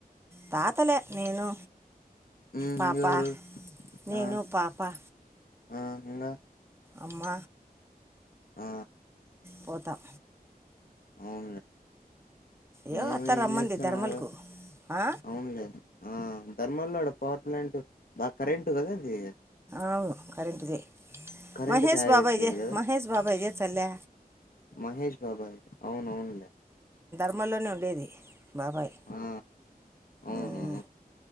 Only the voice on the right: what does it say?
తాతలే నేను
పాపా
నేను
పాపా
అమ్మ
పతం
ఏ
అత్త
రమ్మంది
ధర్మలకు ఆ?
అవును కరెంట్ దే.
మహష్
బాబాయి
చే
మహష్ బాబాయి జే సర్లే
రమ్మల్లోనే ఉండేది బాబాయ్
ఉమ్